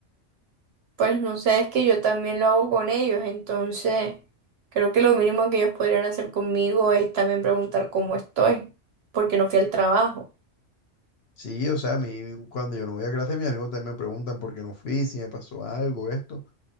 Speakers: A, on the right; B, on the left.
A: Pues no sé, es que yo también lo hago con ellos, entonces creo que lo mínimo que ellos podrían hacer conmigo es también preguntar cómo estoy, porque no fui al trabajo.
B: Sí, o sea, a mí, cuando yo no voy a clase, mis amigos también me preguntan por qué no fui, si me pasó algo, esto.